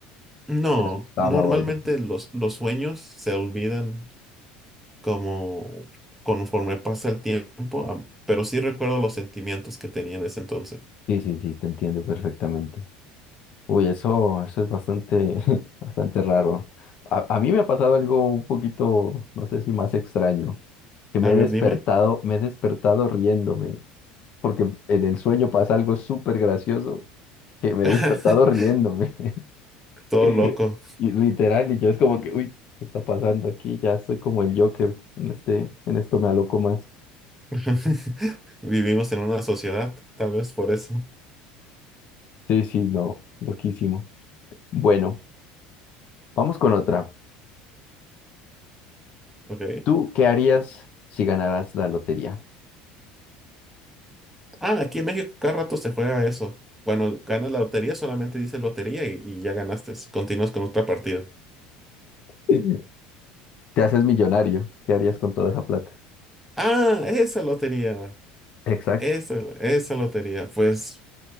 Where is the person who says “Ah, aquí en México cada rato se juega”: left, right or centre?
Centre